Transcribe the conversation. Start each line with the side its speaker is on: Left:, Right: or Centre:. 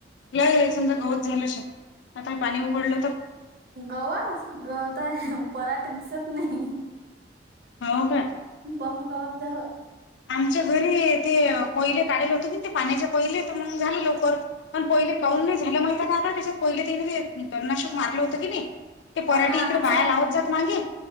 Left: लय समजा गवत झालं शेत, आता हे पाणी उघडलं तर,
Right: गवत, गवत आहे पराठे दिसत नाही.
Left: हाव काय.
Right: बम गवत झालं.
Left: आमच्या घरी, ते कोयले काढले होते ना ते, पाण्याच्या कोयले, तर मग झालं लवकर. पण पहिले कौन नाही झालं माहित हाय का त्याच्यात पहिले तिने ते, तनाशक मारलं होतं की नाही. ते पराठी
Right: हो ना आमच्या
Left: इकडे बाया लावत जात मागे,